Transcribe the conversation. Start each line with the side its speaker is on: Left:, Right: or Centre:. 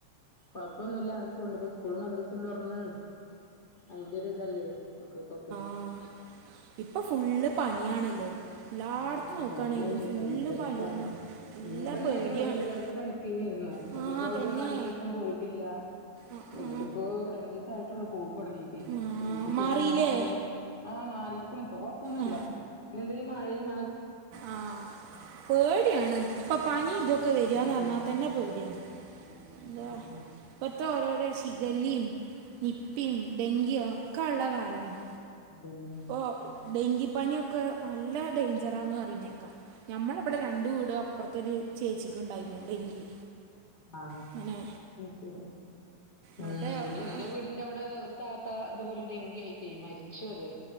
Left: കുഴപ്പൊന്നുമില്ല അങ്ങനെ പോകണ്ട് ഇപ്പ സ്കൂള് മദ്രസയും തുറന്ന് അയിന്റെ ഒരു ഇതല്ലേ മക്കക്കൊക്കെ
Right: ആഹ് ഇപ്പ ഫുള്ള് പനിയാണല്ലോ എല്ലായിടത്തും
Left: ഉം
Right: നോക്കുകയാണെങ്കിലും
Left: പനിയാണ്
Right: ഫുള്ള്
Left: പനി തിരക്കാണ്
Right: പനിയാണ് നല്ല
Left: ഇവിടെ
Right: പേടിയാണ്
Left: ഇണ്ടായിരുന്നു ഇവിടെ ചെറിയാൾക്ക് പനിക്കു തന്നെയിരുന്നു
Right: ആ
Left: ഓളിപ്പോ
Right: തന്നെ
Left: ഒരു നാലു ദിവസം പോയിട്ടില്ല
Right: ആ,
Left: എന്നിട്ട്
Right: ആ,
Left: ഇപ്പോ രണ്ടു ദിവസം ആയിട്ടുള്ളൂ പോക്കു തുടങ്ങീട്ടേ
Right: ആ,
Left: അപ്പ <unintelligible> ശനി
Right: മാറിയില്ലേ
Left: ഞായറിന്റേത് ആഹ് മാറിക്കുണു ഇപ്പൊ കൊഴപ്പൊന്നുമില്ല
Right: ആ
Left: ഇന്നെന്ത ഈ മഴ
Right: ആഹ് പേടിയാണ് ഇപ്പൊ പനി ഇതും ക്ക വരിയാന്ന്
Left: അതെ
Right: പറഞ്ഞാൽ തന്നെ പേടിയാണ്
Left: അതന്നെ
Right: എന്തുവാ ഇപ്പത്തെ ഓരോരോ ശിഗലിം നിപ്പി ഡെങ്കിയും ഒക്കെ ഉള്ള കാലമാണ്
Left: ഉം
Right: ഓ ഡെങ്കി പനിയൊക്കെ നല്ല ഡേഞ്ചറാന്ന് പറയുന്നെക്കാ ഞമ്മളവിടെ രണ്ട് വീട അപ്പുറത്തൊരു ചേച്ചിക്ക് ഉണ്ടായിരുന്നു ഡെങ്കി
Left: ആ
Right: അങ്ങനെ
Left: ശരി
Right: അവിടെ
Left: എ ഇവിടെ
Right: ആ,
Left: എന്റെ വീടിന്റെ അവിടെ ഒരു ത ത്താ അതുപോലെ ഡെങ്കി ആയിട്ടേ മരിച്ചു അത്